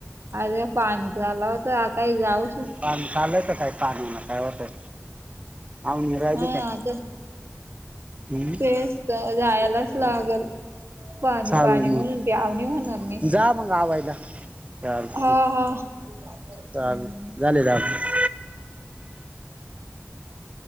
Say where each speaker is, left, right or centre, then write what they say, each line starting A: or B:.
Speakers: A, on the right (about 55°); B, on the right (about 25°).
A: अरे पाणी झाला होता, आताही जाऊ
B: पाणी चालतंच हा य पाणीला काय व्हतंय? आवणी राहिली
A: हा
B: का
A: आता
B: हम्म?
A: तेच तर जायलाच लागल. पाणी
B: चालेल
A: पाणी म्हणून
B: मग
A: ती आवणी होणार नाही.
B: जा मग आवायला. चालतय,
A: हा हा हम्म
B: चाल झाले झालय.